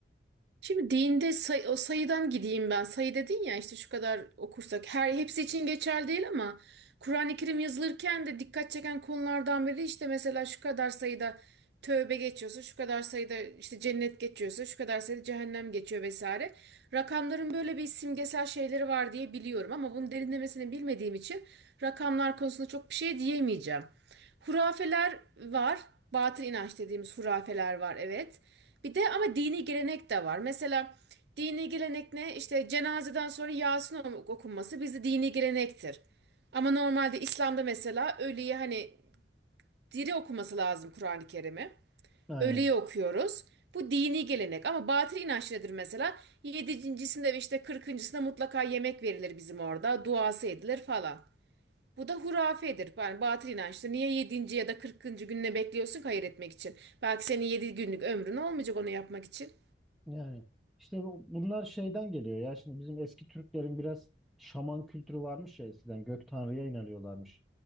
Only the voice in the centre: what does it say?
Aynen.
Yani işte bu- bunlar şeyden geliyor ya şimdi bizim eski Türklerin biraz şaman kültürü varmış ya eskiden gök tanrıya inanıyorlarmış.